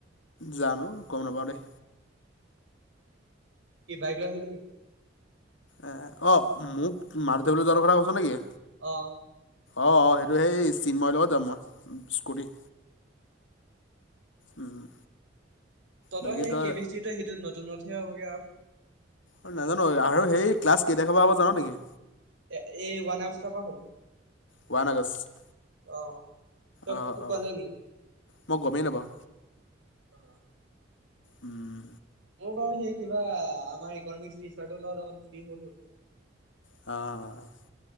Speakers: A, on the left; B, on the right.
A: জানো গম নাপাওঁ দেই।
B: কি বাইক লৈ আহিবি নি?
A: এ অহ, মোক মাৰ <unintelligible> কথা কৈছ' নেকি?
B: অহ।
A: অ', অ', সেইটো সেই চিন্ময়ৰ লগত যাম মই। স্কুটিত। উম।
B: তহঁতৰ
A: বাকী
B: সেই
A: তই
B: কেমিষ্ট্ৰিটো সেইটো নতুনতহে হ'বগে আৰু।
A: মই নাজানো আৰু সেই ক্লাছ কেতিয়াৰ পৰা হ'ব জান' নেকি?
B: এ এই ওৱান আগষ্টৰ পৰা হ'ব
A: ওৱান আগষ্ট
B: অহ, তই
A: অ
B: তোক
A: অ
B: কোৱা নাই নি?
A: মই গমেই নাপাওঁ
B: অহ।
A: উম।
B: মোৰ বাৰু সেই কিবা আমাৰ ইকনোমিক্স টিচাৰটোৰ লগত অকণ ফ্ৰী হ'লো।
A: অ'।